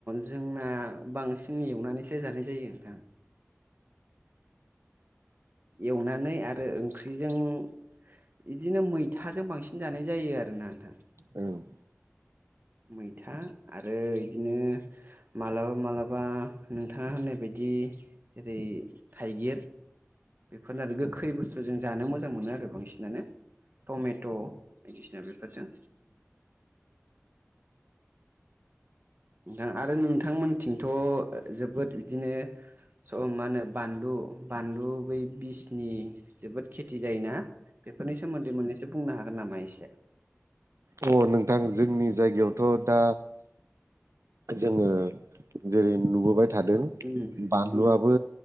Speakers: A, on the right (about 45°); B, on the right (about 75°).
A: जोंना बांसिन एवनानैसो जानाय जायो नोंथां एवनानै आरो ओंख्रिजों बिदिनो मैथाजों बांसिन जानाय जायो आरोना नोंथां
B: औ
A: मैथा आरो बिदिनो मालाबा मालाबा नोंथाङा होननाय बायदि ओरै थाइगिर बेफोरनो आरो गोखै बुस्थु जों जानो मोजां मोनो आरो बांसिनानो टमेट' बायदिसिना बेफोरजों नोंथां आरो नोंथांमोनथिंथ' जोबोद बिदिनो स मा होनो बानलु बानलु बै बिसनि जोबोद खेथि जायोना बेफोरनि सोमोन्दै मोननैसो बुंनो हागोन नामा एसे
B: अ नोंथां जोंनि जायगायावथ' दा जोङो जेरै नुबोबाय थादों
A: उम
B: बानलुआबो
A: उम